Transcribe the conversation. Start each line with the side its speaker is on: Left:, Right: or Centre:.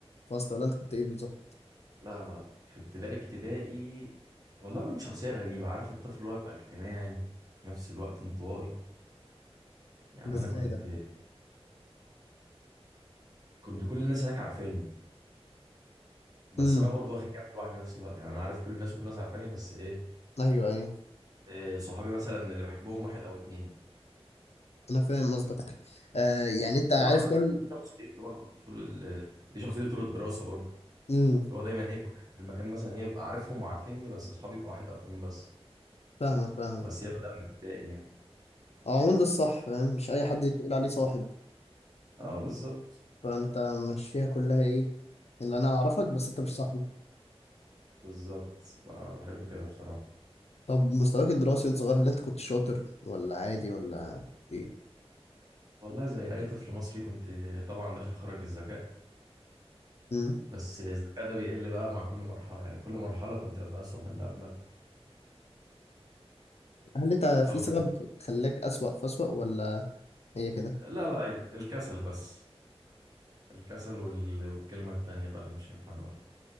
Left: الفصل ولا انت كنت ايه بالظبط
Right: لا لا في ابتدائي ابتدائي والله كنت شخصية غريبة عارف الطفل اللي هو بيبقى اجتماعي وفي نفس الوقت انطوائي يعني
Left: ده
Right: انا
Left: ازاي
Right: كنت
Left: ده
Right: كنت كل الناس هناك عارفاني بس
Left: امم
Right: انا برضو واخد جنب الواحد في نفس الوقت يعني انا عارف كل الناس وكل الناس عارفاني بس ايه,
Left: ايوه ايوه
Right: إيه صحابي مثلا اللي بحبهم واحد او اتنين
Left: انا فاهم قصدك آه يعني انت عارف
Right: وعامة
Left: كل
Right: دي شخصيتي برضو طول ال... دي شخصيتي طول الدراسة برضو
Left: امم
Right: اللي هو دايما ايه كل اللي في المكان مثلا ايه ببقى عارفهم وعارفيني بس صحابي يبقى واحد او اتنين بس
Left: فاهمك فاهمك
Right: بس هي بدأ من ابتدائي يعني
Left: هو عموما ده الصح فاهم مش اي حد تقول عليه صاحب
Right: اه بالظبط
Left: فانت ماشيها كلها ايه اللي انا اعرفك بس انت مش صاحبي
Right: بالظبط ب- بحب كده بصراحة
Left: طب مستواك الدراسي وانت صغير هل انت كنت شاطر ولا عادي ولا ايه
Right: والله زي أي طفل مصري كنت طبعا داخل خارج الذكاء
Left: مم.
Right: بس الذكاء ده بيقل بقى مع كل مرحلة يعني كل مرحلة كنت ببقى أسوأ من اللي قبلها
Left: هل انت
Right: لو
Left: في سبب
Right: في
Left: خلاك اسوأ فاسوأ ولا هي كده
Right: لا لا ال- الكسل بس الكسل وال... والكلمة التانية بقى اللي مش ينفع نقولها